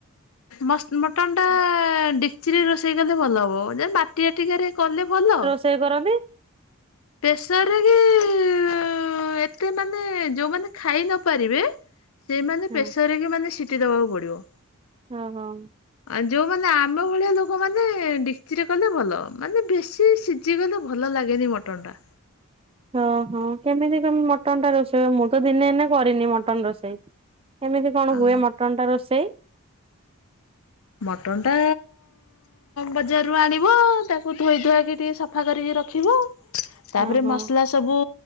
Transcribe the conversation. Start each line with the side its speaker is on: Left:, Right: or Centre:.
Left: ମସ୍ତ ମଟନଟା ଡିକ୍ଚିରେ ରୋଷେଇ କଲେ ଭଲ ହବ ଯେ ମା ଟି ଆଟିକାରେ କଲେ ଭଲ।
Right: ସେ କରନ୍ତି।
Left: ପେସରେରେ ଉଁ ଏତେ ମାନେ ଯୋଉମାନେ ଖାଇ ନ ପାରିବେ ସେଇମାନେ
Right: ହଁ
Left: ପ୍ରେସରେ କି ମାନେ ସିଟି ଦବାକୁ ପଡିବ।
Right: ହଁ ହଁ।
Left: ଆଁ ଯୋଉମାନେ ଆମ ଭଳିଆ ଲୋକମାନେ ଡିକ୍ଚିରେ କଲେ ଭଲ ମାନେ ବେଶୀ ଟିକେ ସିଜିଗଲେ ଭଲ ଲାଗେନି ମଟନଟା।
Right: ଓହୋ କେମିତି କେମିତି ମଟନଟା ରୋଷେଇ ମୁଁ ତ ଦିନେ ନା କରିନି ମଟନ୍ ରୋଷେଇ। କେମିତି କଣ
Left: ଟା
Right: ହୁଏ ମଟନଟା ରୋଷେଇ।
Left: ମଟନଟା ବଜାରରୁ ଆଣିବ ତାକୁ ଧୋଇ ଧୁଆକି ଟିକେ ସଫା କରିକି ରଖିବ। ତାପରେ
Right: ହଁ ହଁ
Left: ମସଲା ସବୁ